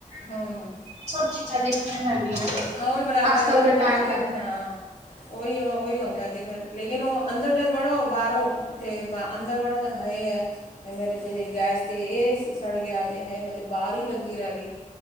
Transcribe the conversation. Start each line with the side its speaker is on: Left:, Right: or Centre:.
Left: ਹੂੰ
Right: ਸਭ ਚੀ ਚੀਜ਼ਾਂ ਦੇਖੀਆਂ ਪੈਂਦੀਆਂ ਨੇ,
Left: ਹਾਂ ਉਹੀ ਬਰਾਬਰ
Right: ਅਸਲ
Left: ਹੈ ਫਿਰ
Right: ਦੇ
Left: ਬੋਲਦੇ
Right: ਟਾਈਮ
Left: ਕਿ
Right: ਦਾ
Left: ਹਾਂ ਉਹੀ ਆ ਉਹੀ ਆਦਾ ਕਿ ਫਿਰ, ਲੇਕਿਨ ਉਹ ਅੰਦਰ ਜਦੋਂ ਵੜੋ ਬਾਹਰੋਂ ਤੇ ਅੰਦਰ ਵਾਲਾ ਤਾਂ ਹੈ ਈ ਐ। ਮੇਰੀ ਤੇ ਗੈਸ ਤੇ ਇਹ ਸੜ ਗਿਆ ਤੇ ਹੈ ਮੈਂ ਤੇ ਬਾਹਰ ਈ ਲੱਗੀ ਰਹਿ ਗਈ।